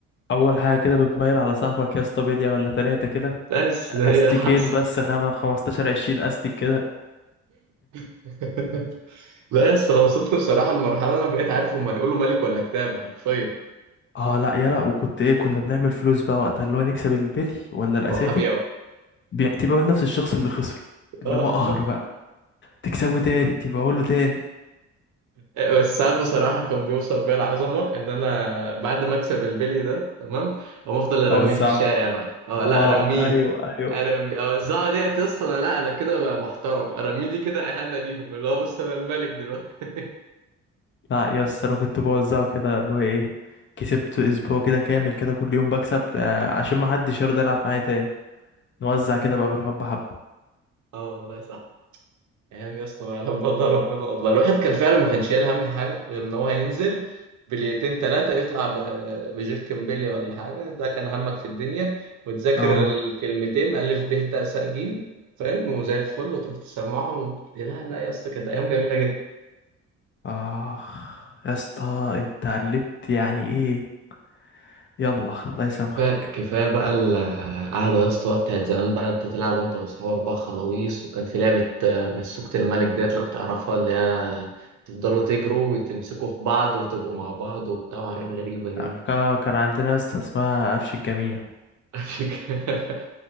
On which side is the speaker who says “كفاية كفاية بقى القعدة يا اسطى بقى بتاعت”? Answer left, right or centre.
Right